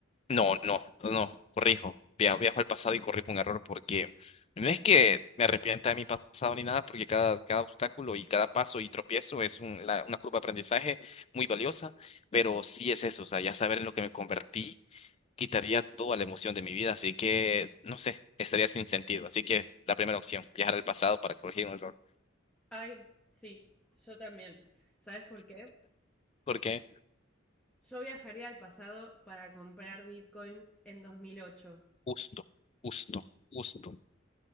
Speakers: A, on the left; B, in the centre.
A: No, no, no, no, corrijo. Via- Viajo al pasado y corrijo un error porque no es que me arrepienta de mi pasado ni nada, porque cada, cada obstáculo y cada paso y tropiezo es un- la- una curva de aprendizaje muy valiosa, pero sí es eso, o sea, ya saber en lo que me convertí quitaría toda la emoción de mi vida, así que, no sé, estaría sin sentido. Así que la primera opción, viajar al pasado para corregir un error,
B: Ay, sí, yo también. ¿Sabes por qué?
A: porque
B: Yo viajaría al pasado para comprar bitcoins en 2008.
A: justo, justo, justo,